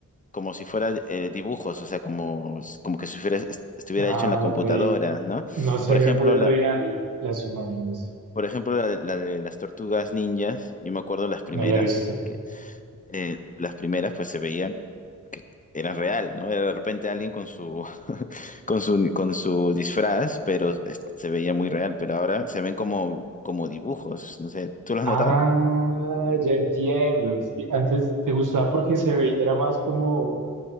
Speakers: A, on the left; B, on the right.
A: como si fuera eh, dibujos, o sea, como, como que si fuera- estuviera
B: Ah,
A: hecho en la computadora,
B: ok.
A: ¿no?
B: No se
A: Por
B: ve
A: ejemplo,
B: muy real
A: la,
B: las imágenes.
A: por ejemplo, la de, la de las tortugas ninjas, yo me acuerdo las primeras,
B: No la he visto.
A: que eh, las primeras pues se veían que eran real, ¿no? Era de repente alguien con su con su, con su disfraz, pero es- se veía muy real, pero ahora se ven como, como dibujos, no sé, ¿tú lo has
B: Ah,
A: notado?
B: ya entiendo. Es que antes te gustaba porque se veía, era más como